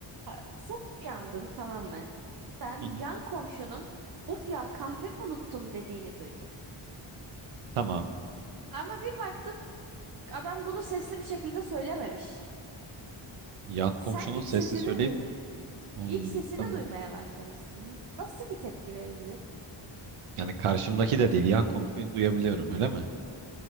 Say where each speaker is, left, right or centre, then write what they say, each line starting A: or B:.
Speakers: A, on the right; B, on the right.
A: A- Sabah uyandın tamam mı? Sen
B: Hı
A: yan
B: hı.
A: komşunun of ya kahvemi unuttum dediğini duydun.
B: Tamam.
A: Ama bir baktın adam bunu sesli bir şekilde söylememiş.
B: Yan komşunun
A: Sen iç
B: sesli
A: sesini
B: söyleyip
A: duyma,
B: Hmm,
A: iç sesini
B: tamam.
A: duymaya başlamışsın. Nasıl bir tepki verirdin?
B: Yani karşımdaki de değil yan komşuyu duyabiliyorum öyle mi?